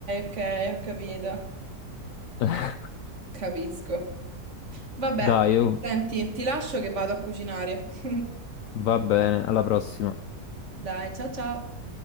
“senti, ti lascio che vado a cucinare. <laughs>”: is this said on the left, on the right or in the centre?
Right